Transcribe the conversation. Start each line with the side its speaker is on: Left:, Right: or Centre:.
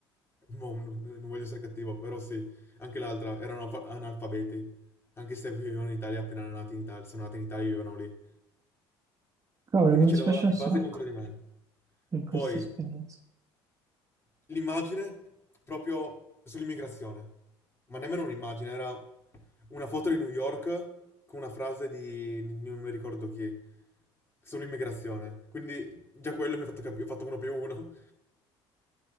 Left: mo, non non voglio essere cattivo, però sì, anche l'altra erano alfa- analfabeti, anche se vivevano in Italia appena nati in Italia, sono nati in Italia e vivevano lì.
Right: Cavolo,
Left: Quindi
Right: mi
Left: ce
Right: dispiace
Left: l'aveva di
Right: un sacco
Left: base contro di me.
Right: per questa
Left: Poi,
Right: esperienza.
Left: l'immagine proprio sull'immigrazione. Ma nemmeno un'immagine, era una foto di New York con una frase di non mi ricordo chi sull'immigrazione. Quindi già quello mi ha fatto capire, ho fatto uno più uno.